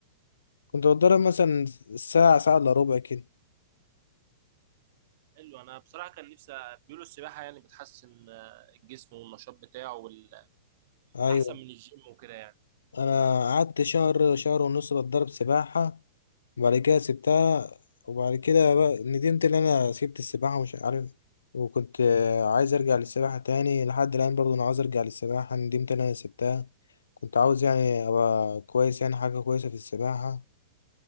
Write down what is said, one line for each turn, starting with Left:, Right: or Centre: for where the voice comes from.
Left: كنت بتدرب مثلا ساعة ساعة إلا ربع كده
Right: حلو انا بصراحه كان نفسي بيقولوا السباحه يعني بتحسن آه، الجسم والنشاط بتاعه وال-
Left: أيوة
Right: احسن من الجيم وكده يعني
Left: أنا قعدت شهر شهر ونص بتدرب سباحة وبعد كده سبتها وبعد كده بقى ندمت ان انا سبت السباحة ومش عارف وكنت آه، عايز ارجع للسباحة تاني لحد الان برضو انا عاوز ارجع للسباحة ندمت ان انا سبتها كنت عاوز يعني ابقى كويس يعني حاجة كويسة في السباحة